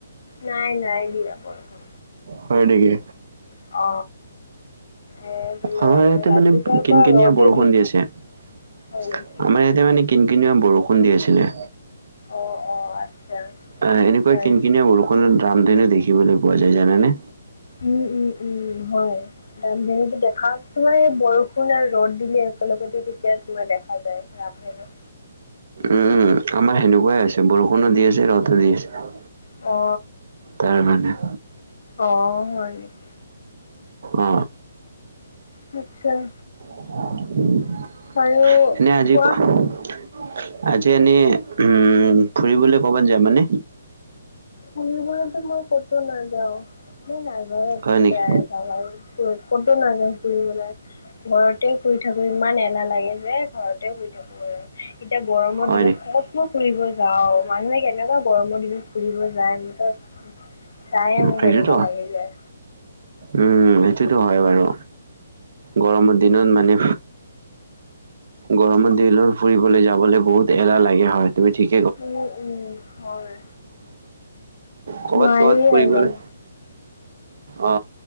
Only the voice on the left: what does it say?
নাই নাই দিয়া বৰষুণ
অ এ তোমাৰ
ৰাতিপুৱাৰ
পৰা
ৰ'দে
হয় নেকি
অ অ আচ্ছা
হয়
নেকি
উম উম উম হয় ৰাম ধেনুতো দেখা তোমাৰ এই বৰষুণ আৰু ৰ'দ দিলে একেলগতে তেতিয়া তোমাৰ দেখায় পাই ৰামধেনু,
অ
অ হয় নেকি।
নিচ্ছয়,
আৰু
কোৱা
ফুৰিবলেটো মই কতো নাযাওঁ মই নাযাওঁ
প্ৰায় ভাগ আৰু কতো নাযাওঁ ফুৰিবলে। ঘৰতে শুই থাকো ইমান এলাহ লাগে যে ঘৰতে শুই থাকো। অ এতিয়া গৰমৰ
দিনত
কতনো ফুৰিব যাওঁ মানুহে কেনেকুৱা গৰমৰ দিনত ফুৰিব যা যায় মানে চায়ে মোক
কেনেকুৱা লাগি যায়।
উম উম হয়
নোৱাৰিয়ে
যাব।